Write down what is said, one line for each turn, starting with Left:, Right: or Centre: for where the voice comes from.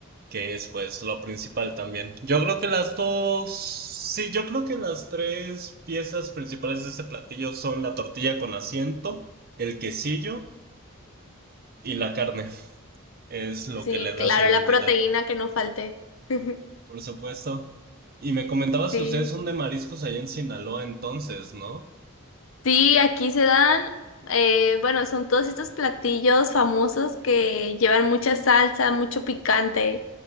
Right: que es pues lo principal también. Yo creo que las dos, sí, yo creo que las tres piezas principales de este platillo son la tortilla con asiento, el quesillo y la carne. Es lo
Left: Sí,
Right: que le da
Left: claro,
Right: su identidad,
Left: la proteína que no falte. <laughs>
Right: por supuesto. Y me comentabas
Left: Sí,
Right: que ustedes son de mariscos allá en Sinaloa entonces, ¿no?
Left: sí, aquí se dan, eh, bueno, son todos estos platillos famosos que llevan mucha salsa, mucho picante.